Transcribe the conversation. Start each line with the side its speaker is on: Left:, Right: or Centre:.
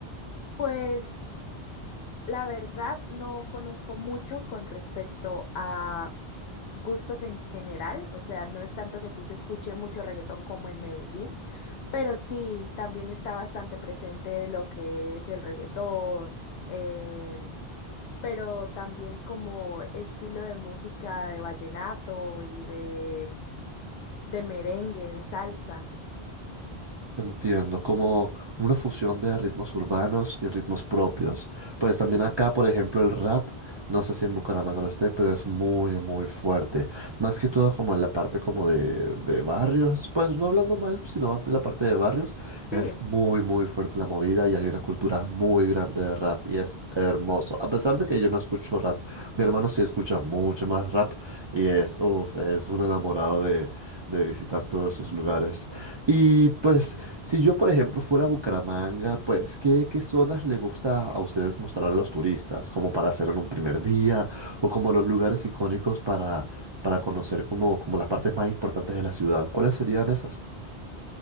Left: Pues la verdad no conozco mucho con respecto a gustos en general, o sea, no es tanto que aquí se escuche mucho reggaetón como en Medellín, pero sí, también está bastante presente lo que es el reggaetón, em, pero también como estilo de música de vallenato y de, de merengue, de salsa.
Right: Entiendo, como una fusión de ritmos urbanos y ritmos propios. Pues
Left: Sí,
Right: también acá, por ejemplo, el rap, no sé si en Bucaramanga lo esté, pero es muy, muy fuerte. Más que todo como en la parte como de, de barrios, pues no hablando mal, sino en la parte de barrios,
Left: sí,
Right: es muy, muy fuerte la movida y hay una cultura muy grande de rap y es hermoso. A pesar de que yo no escucho rap, mi hermano sí escucha mucho más rap y es, uff, es un enamorado de, de visitar todos esos lugares. Y pues si yo, por ejemplo, fuera a Bucaramanga, pues, ¿qué, qué zonas le gusta a ustedes mostrar a los turistas? Como para hacerlo en un primer día, o como los lugares icónicos para, para conocer como, como las partes más importantes de la ciudad. ¿Cuáles serían esas?